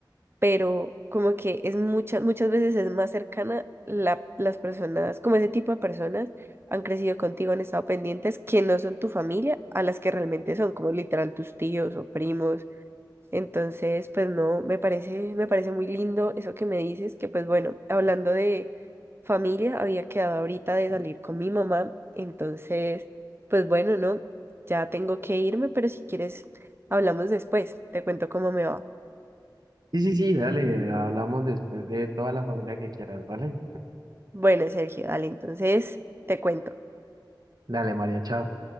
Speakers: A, on the right; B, on the right.
A: pero como que es muchas, muchas veces es más cercana la, las personas, como ese tipo de personas han crecido contigo, han estado pendientes, que no son tu familia, a las que realmente son, como literal tus tíos o primos. Entonces, pues no, me parece, me parece muy lindo eso que me dices, que pues bueno, hablando de familia, había quedado ahorita de salir con mi mamá, entonces, pues bueno, no, ya tengo que irme, pero si quieres, hablamos después, te cuento cómo me va.
B: Sí, sí, sí, dale, hablamos después de toda la familia que quieras, ¿vale?
A: Bueno, Sergio, dale, entonces te cuento.
B: Dale, María, chao.